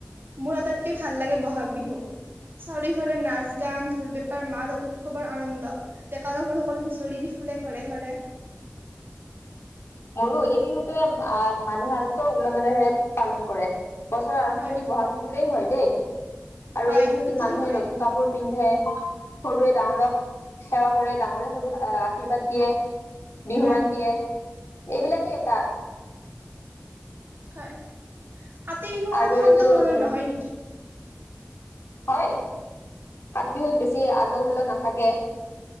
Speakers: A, on the right; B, on the left.
A: মোৰ আটাইতকে ভাল লাগে বহাগ বিহু, চাৰিওফালে নাচ। গান ঢ়োল পেপাৰ মাত আৰু উৎসৱৰ আনন্দ ডেকা গাভৰুসকল হুঁচৰি দি ফুৰে ঘৰে ঘৰে।
B: মোৰো এই বিহুটোৱে আহ মানুহ আগতকৈ ওলহ মালহেৰে পালন কৰে। বছৰ আৰম্ভণিৰ
A: হয়
B: বহাগ বিহুৰে হয়। দে <inaudible> <inaudible> আৰু
A: হয়
B: এই বিহুতোত
A: সিটোতো
B: মানুহে
A: নহয়
B: নতুন কাপোৰ পিন্ধে। সৰুৱে ডাঙৰক সেৱা কৰে ডাঙৰে সৰুক আশীৰ্বাদ দিয়ে। বিহুৱান
A: হয়।
B: দিয়ে। এইবিলাকেই এটা।
A: হয়। কাতি বিহু অলপ
B: আৰু
A: শান্ত
B: এইটো
A: ধৰণৰ
B: উম
A: নহয় নেকি?
B: হয় কাতি বিহুত বেছি আলহ উল্ল নাথাকে।